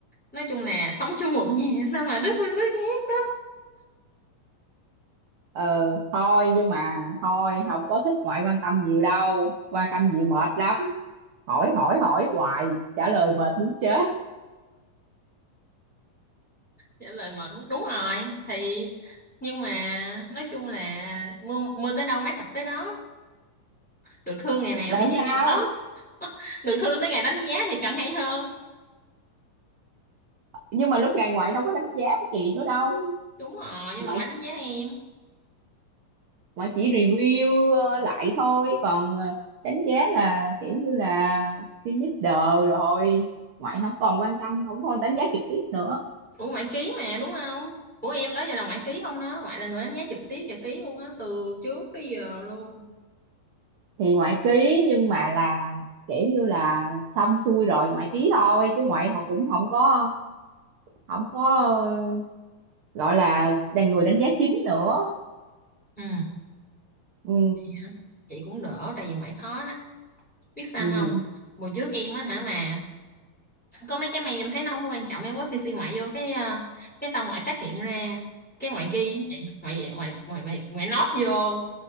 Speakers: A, in the centre; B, on the right (about 55°).
A: Nói chung là sống chung một nhà <laughs> sao mà đứt hơn đứt nhát đó.
B: ờ thôi nhưng mà thôi không có thích ngoại quan tâm nhiều đâu quan tâm nhiều mệt lắm hỏi hỏi hỏi hoài trả lời mệt muốn chết
A: Trả lời mệt muốn- đúng rồi thì nhưng mà nói chung là mưa mưa tới đâu mát mặt tới đó được thương ngày nào
B: là
A: thì hay ngày
B: sao
A: đó được thương tới ngày đánh giá thì càng hay hơn
B: nhưng mà lúc này ngoại đâu có đánh giá của chị nữa đâu
A: đúng rồi nhưng
B: ngoại
A: mà ngoại đánh giá em
B: ngoại chỉ review ờ, lại thôi còn ờ, đánh giá là kiểu như là team leader rồi ngoại không còn quan tâm không còn đánh giá trực tiếp nữa
A: ủa ngoại ký mà đúng không của em đó giờ là ngoại ký không đó ngoại là người đánh giá trực tiếp và ký luôn á từ trước tới giờ luôn
B: thì ngoại ký nhưng mà là kiểu như là xong xuôi rồi ngoại ký thôi chứ ngoại họ cũng không có không có ờ, gọi là là người đánh giá chính nữa
A: ừ
B: ừ
A: vậy hả? chị cũng đỡ tại vì ngoại khó lắm biết sao
B: ừ
A: không hồi trước em á hả mà có mấy cái mày em thấy nó không có quan trọng em có cc ngoại vô cái ờ, cái xong ngoại phát hiện ra cái ngoại ghi á chị ngoại ngoại ngoại ngoại, ngoại nốt vô